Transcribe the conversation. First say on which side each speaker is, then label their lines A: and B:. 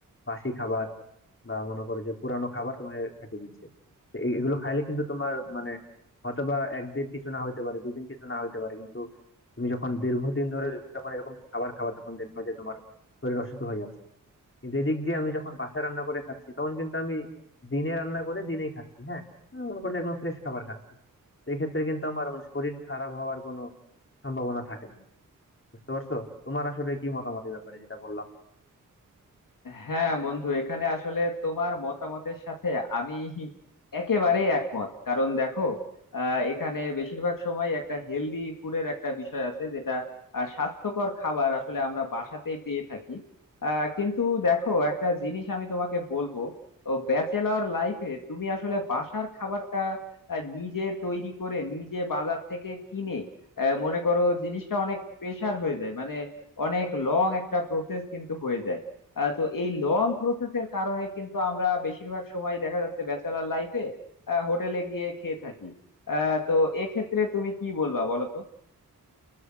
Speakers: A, on the left; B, on the left.
A: বাসি খাবার বা মনে করো যে পুরানো খাবার তোমাকে খাইতে দিচ্ছে তো এই- এগুলো খাইলে কিন্তু তোমার মানে হয়তোবা একদিন কিছু না হইতে পারে দুদিন কিছু না হইতে পারে কিন্তু তুমি যখন দীর্ঘদিন ধরে যখন এরকম খাবার খাবা তখন দেখবা যে তোমার শরীর অসুস্থ হয়ে যাচ্ছে কিন্তু এদিক দিয়ে আমি যখন বাসায় রান্না করে খাচ্ছি তখন কিন্তু আমি দিনে রান্না করে দিনেই খাচ্ছি হ্যাঁ আমি মনে করলে একদম ফ্রেশ খাবার খাচ্ছি তো এই ক্ষেত্রে কিন্তু আমার মানে শরীর খারাপ হওয়ার কোনো সম্ভাবনা থাকে না বুঝতে পারছো তোমার আসলে কি মতামত এই ব্যাপারে যেটা বললাম
B: হ্যাঁ বন্ধু এখানে আসলে তোমার মতামতের সাথে আমি একেবারে একমত কারণ দেখো আহ, এখানে বেশিরভাগ সময় একটা হেলদি ফুডের একটা বিষয় আছে যেটা আহ, স্বাস্থ্যকর খাবার আসলে আমরা বাসাতেই পেয়ে থাকি আহ, কিন্তু দেখো একটা জিনিস আমি তোমাকে বলবো ও ব্যাচেলর লাইফে তুমি আসলে বাসার খাবারটা আহ, নিজে তৈরি করে নিজে বাজার থেকে কিনে আহ, মনে করো জিনিসটা অনেক প্রেসার হয়ে যায় মানে অনেক লং একটা প্রসেস কিন্তু হয়ে যায় আহ, তো এই লং প্রসেসের কারণে কিন্তু আমরা বেশিরভাগ সময় দেখা যাচ্ছে ব্যাচেলার লাইফে হোটেলে গিয়ে খেয়ে থাকি আহ, তো এক্ষেত্রে তুমি কি বলবা বলো তো